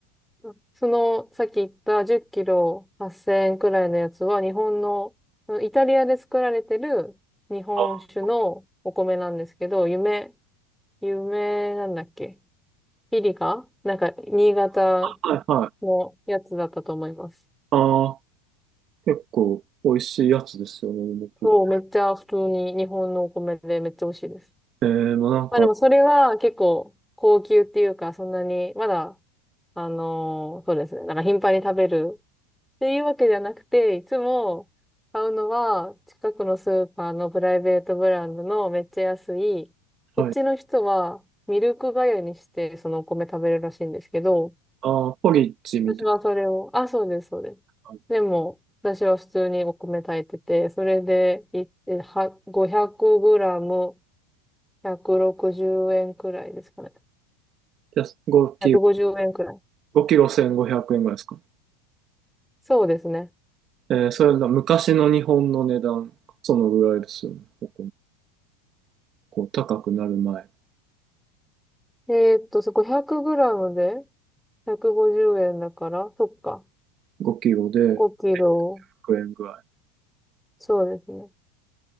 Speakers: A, in the centre; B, on the right.
A: うんそのさっき言った10キロ8000円くらいのやつは日本の、あのイタリアで作られてる日本酒のお米なんですけど、
B: あ、
A: 夢、夢なんだっけピリカなんか新潟
B: はいはい。
A: のやつだったと思います。
B: ああ、結構美味しいやつですよね、梅ピ
A: そう、めっちゃ普通に日本のお米でめっちゃ美味しいです。
B: ルえー、もうなんか、
A: まあでもそれは結構高級っていうか、そんなに、まだ、あのーそうですね。なんか頻繁に食べるっていうわけじゃなくて、いつも買うのは近くのスーパーのプライベートブランドのめっちゃ安い、こっちの人はミルク粥にしてそのお米食べるらしいんですけど、
B: はい。ああ、ポリッジみたい
A: 私はそれを、あ、そうです、そうです。
B: な。
A: でも、私は普通にお米炊いてて、それでい、えは、500グラム160円くろくじゅうえんくらいですかね。
B: やつ5キロ、
A: 150円くごじゅうえんくらい。
B: ごキロ1500円ぐらいですか。
A: そうですね。
B: えー、それが昔の日本の値段、そのぐらいですよね、ここもこう、高くなる前。
A: えーっと、そ500グラムで150円だから、そっか。
B: 5キロで100円ぐらい。
A: 5キロ。そうですね。